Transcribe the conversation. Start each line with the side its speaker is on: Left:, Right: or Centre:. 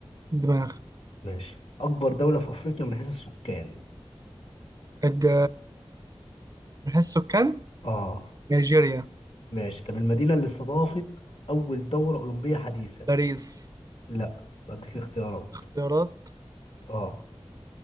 Right: الدماغ
Left: ماشي أكبر دولة في أفريقيا من حيث السكان
Right: الج... من حيث السكان
Left: اه
Right: نيجيريا
Left: ماشي طب المدينة اللي استضافت أول دورة أولمبية حديثة
Right: باريس
Left: لا أديك اختيارات
Right: اختيارات
Left: اه